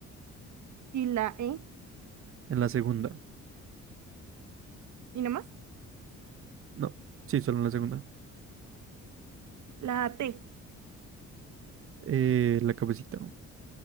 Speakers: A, on the right (about 70°); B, on the right (about 45°).
A: y la E.
B: En la segunda.
A: ¿Y nada más?
B: No, sí, solo en la segunda.
A: La T.
B: Eh, la cabecita.